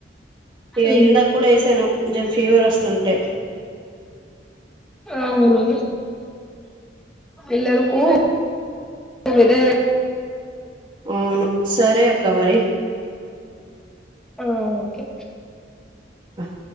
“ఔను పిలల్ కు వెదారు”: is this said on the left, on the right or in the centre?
Centre